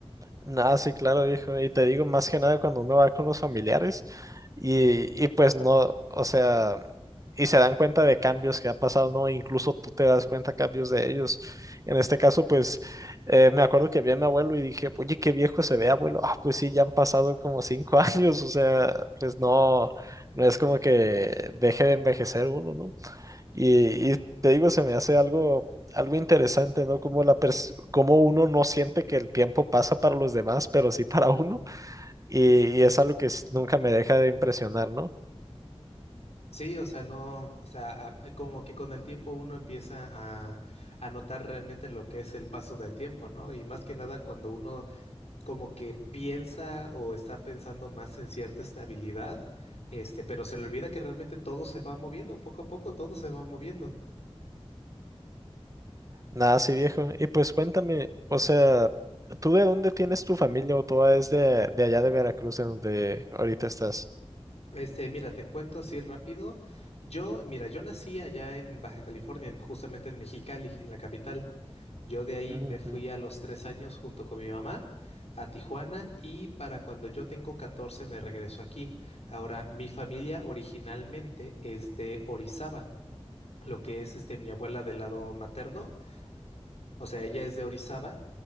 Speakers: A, on the right; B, on the left.
A: Nada, sí, claro, viejo. Y te digo, más que nada cuando uno va con los familiares y, y pues no, o sea, y se dan cuenta de cambios que ha pasado, ¿no? Incluso tú te das cuenta cambios de ellos. En este caso, pues eh, me acuerdo que vi a mi abuelo y dije, oye, qué viejo se ve, abuelo. Ah, pues sí, ya han pasado como cinco <laughs> años, o sea, pues no, no es como que deje de envejecer uno, ¿no? Y, y te digo, se me hace algo, algo interesante, ¿no? Como la pers- como uno no siente que el tiempo pasa para los demás, pero sí para uno. Y, y es algo que s- nunca me deja de impresionar, ¿no?
B: Sí, o sea, no, o sea, a- a- como que con el tiempo uno empieza a, a notar realmente lo que es el paso del tiempo, ¿no? Y más que nada cuando uno como que piensa o está pensando más en cierta estabilidad, este, pero se le olvida que realmente todo se va moviendo poco a poco, todo se va moviendo.
A: Nada así, viejo. Y pues cuéntame, o sea, ¿tú de dónde tienes tu familia o toda es de, de allá de Veracruz, en donde ahorita estás?
B: Este, mira, te cuento así rápido. Yo, mira, yo nací allá en Baja California, en- justamente en Mexicali, en la capital. Yo de ahí
A: Ujú.
B: me fui a los tres años junto con mi mamá a Tijuana y para cuando yo tengo 14 me regreso aquí. Ahora, mi familia originalmente es de Orizaba, lo que es este, mi abuela del lado materno o sea, ella es de Orizaba